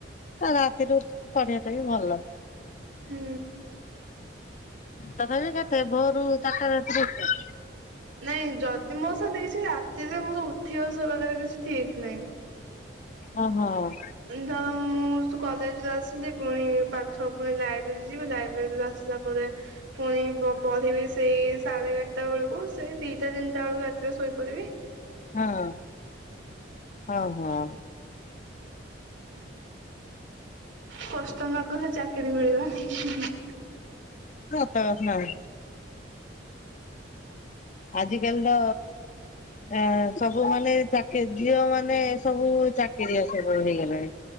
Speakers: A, on the left; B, on the right.
A: ରାତିରୁ ପରଢିବା ଟା ବି ଭଲ
B: ହୁଁ,
A: ତଥାପି କେତେ ଭୋରୁ ତାରଟା ରାତିରୁ ଉଠେ।
B: ନାଇଁ ଯଦି ମୋ ସାଙ୍ଗେ କିଛି ରାତିରେ ମୋତେ ଉଠିବ ଶୋଇବାଳ କିଛି ଠିକ ନାହିଁ।
A: ହ ହଁ,
B: ଧର ମୁଁ, ତୁ କଲେଜରେ ଆସିଲି ପୁଣି ପାଠ ପୁଣି ଲାଇବ୍ରେରୀ ଯିବି ଲାଇବ୍ରେରୀରୁୁ ଆସିଲା ପରେ ପୁଣି ପଢିବି ସେଇ ସାଢେ ଏାରଟା ବେଳକୁ ସେଇ ଦିଟା ତିନିଟା ବେଳକୁ ରାତିରେ ଶୋଇପଡ଼ିବି।
A: ହଁ ହଁ ହଁ,
B: କଷ୍ଟ ନ କଲେ ଚାକିରି ମିଳିବନି।
A: ହଁ ହଁ, ଆଜିିକାଲି ତ ଏ ସବୁ ମାନେ ଚାକି ଝିଅ ମାନେ ସବୁ ଚାକିରିଆ ସବୁ ହେଇଗଲାଣି